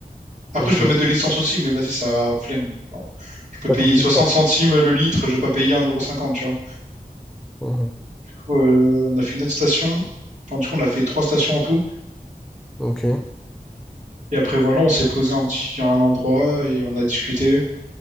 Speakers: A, on the right; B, in the centre.
A: Après,
B: Ok.
A: je peux mettre de l'essence aussi, mais vas-y, ça flemme. Genre, je peux
B: Ça
A: payer
B: coûte plus
A: 60
B: cher.
A: centimes le litre, je vais pas payer 1,50€, tu vois.
B: Mhm.
A: Du coup, euh, on a fait une autre station. Enfin, du coup, on a fait trois stations en tout.
B: Ok.
A: Et après, voilà, on s'est posé un petit, à un endroit et on a discuté.